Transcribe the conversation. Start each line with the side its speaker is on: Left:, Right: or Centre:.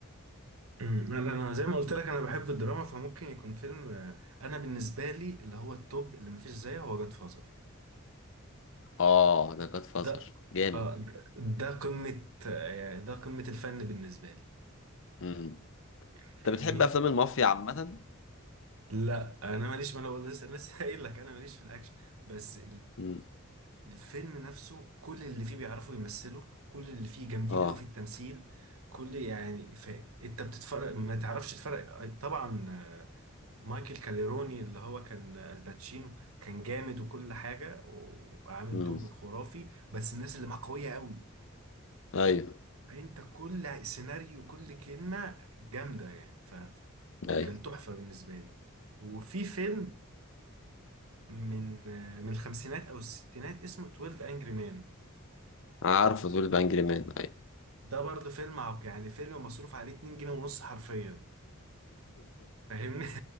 Right: أمم. انا أنا زي ما قلت لك انا بحب الدراما فممكن يكون فيلم آه، انا بالنسبه لي اللي هو التوب اللي مفيش زيه هو جاد فازر
Left: اه ده جاد فازر
Right: ده
Left: جامد
Right: اه ده ده قمه آه، ده قمه الفن بالنسبه لي
Left: امم
Right: فاهمني
Left: انت بتحب افلام المافيا عامة
Right: لا انا ماليش ما انا بقول لسه لسه قايل لك انا ماليش في الاكشن بس
Left: امم
Right: الفيلم نفسه كل اللي فيه بيعرفوا يمثلوا كل اللي فيه جامدين
Left: اه
Right: قوي في التمثيل كل يعني ف... انت بتتفرج ما تعرفش تفرق طبعا آه، مايكل كاليروني اللي هو كان الباتشينو كان جامد وكل حاجة وعامل
Left: امم
Right: دور خرافي بس الناس اللي معاه قوية قوي
Left: ايوه
Right: فانت كل سيناريو وكل كلمة جامدة يعني فكان
Left: ايوه
Right: تحفة بالنسبة لي وفي فيلم من آه، من الخمسينات او الستينات اسمه 12 انجري مان
Left: عارفه تقول بانجري مان ايوه
Right: ده برضه فيلم عب يعني فيلم مصروف عليه 2 جنيه ونص حرفيا فاهمني <laughs>